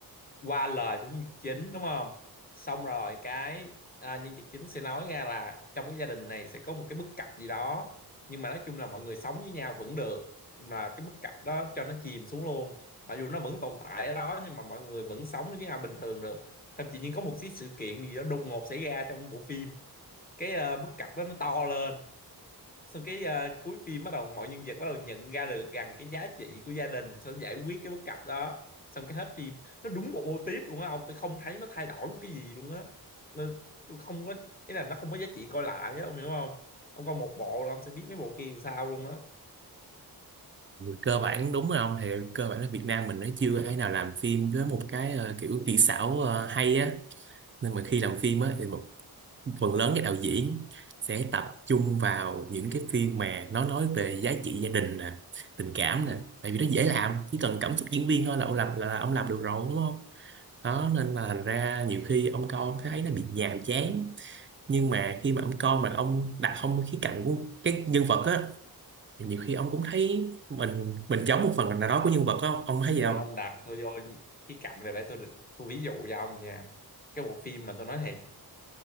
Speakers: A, on the left; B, on the right.
A: qua lời của nhân vật chính đúng không xong rồi cái à, nhân vật chính sẽ nói ra là trong cái gia đình này sẽ có một cái bất cập gì đó nhưng mà nói chung là mọi người sống với nhau vẫn được mà cái bất cập đó cho nó chìm xuống luôn mặc dù nó vẫn tồn tại ở đó nhưng mà mọi người vẫn sống với nhau bình thường được xong tự nhiên có một cái sự kiện gì đó đột ngột xảy ra trong bộ phim cái ờ, bất cập đó nó to lên sau cái ờ, cuối phim bắt đầu mọi nhân vật bắt đầu nhận ra được rằng cái giá trị của gia đình sẽ giải quyết cái bất cập đó xong cái hết phim nó đúng một mô típ luôn á ông tôi không thấy nó thay đổi một cái gì luôn á Nên tôi không có ý là nó không có giá trị coi lại á ông hiểu không ông coi một bộ là ông sẽ biết mấy bộ kia làm sao luôn á
B: Ừ, cơ bản đúng rồi ông thì cơ bản là Việt Nam mình nó chưa thể nào làm phim với một cái ờ, kiểu kỹ xảo ờ, hay á nên mà khi làm phim á thì phần lớn các đạo diễn sẽ tập trung vào những cái phim mà nó nói về giá trị gia đình nè tình cảm nè tại vì nó dễ làm chỉ cần cảm xúc diễn viên thôi là ông làm là ông làm được rồi đúng không đó nên là thành ra nhiều khi ông coi ông thấy nó bị nhàm chán nhưng mà khi mà ông coi mà ông đặt không khía cạnh của cái nhân vật á thì nhiều khi ông cũng thấy mình mình giống một phần nào đó của nhân vật á ông thấy gì không
A: rồi không đặt tôi vô cái cạnh này để tôi tôi ví dụ cho ông nha cái bộ phim mà tôi nói thiệt